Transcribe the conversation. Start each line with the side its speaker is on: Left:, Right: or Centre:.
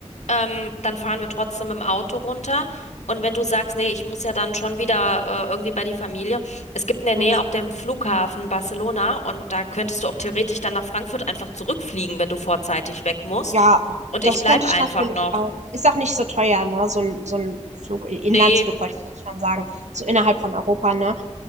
Left: ähm, dann fahren wir trotzdem im Auto runter. Und wenn du sagst, nee, ich muss ja dann schon wieder äh, irgendwie bei die Familie, es gibt in der Nähe
Right: mhm.
Left: auch den Flughafen Barcelona und da könntest du auch theoretisch dann nach Frankfurt einfach zurückfliegen, wenn du vorzeitig weg musst.
Right: ja,
Left: Und
Right: das
Left: ich bleib
Right: könnte
Left: einfach
Right: ich natürlich
Left: noch.
Right: auch. Ist auch nicht so teuer, ne? So ein, so ein Flug, Inlandsflug
Left: Nee,
Right: wollte ich jetzt schon sagen, so innerhalb von Europa, ne?